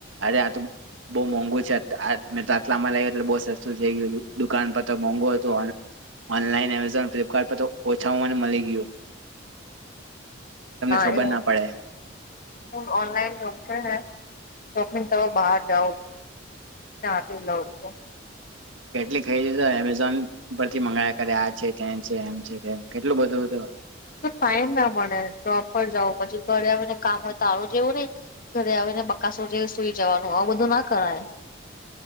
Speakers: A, on the right; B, on the left.
A: અરે આ તો બહુ મોંઘુ છે, આ મેં આટલામાં લાઈવું એટલે બઉ સસ્તું થઇ ગયું હતું દુકાન પર તો મોંઘું હતુ, ઓનલાઈન <unintelligible> ફ્લિપકાર્ટ પર તો ઓછામાં અને મળી ગયુ.
B: નારે
A: ખબર ના પડે
B: હ ઓનલાઈન યોગ છે ને શોપીંગ બહાર જાઉં છુ. <unintelligible>
A: કેટલી ખરીદી એમેઝોન પરથી મંગાવ્યા કરે આ છે તે છે એમ છે, તેમ કેટલું બધું હતું તો
B: <unintelligible> ના મળે જોબ પર જાવ પછી ઘરે આવે ને કામ હોય તારું જેવું નહી. ઘરે આવી ને બકાસું જેવું સુઈ જવાનું આવું બધું ના કરાય